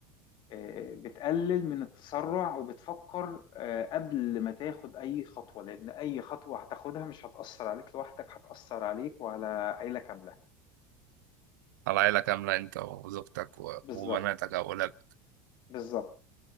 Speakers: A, on the left; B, on the right.
A: آه، بتقلل من التسرع وبتفكر آه، قبل ما تاخد أي خطوة لأن أي خطوة هتاخدها مش هتأثر عليك لوحدك هتأثر عليك وعلى عيلة كاملة
B: على عيلة كاملة انت وزوجتك و...
A: بالظبط
B: وبناتك أو ولادك
A: بالظبط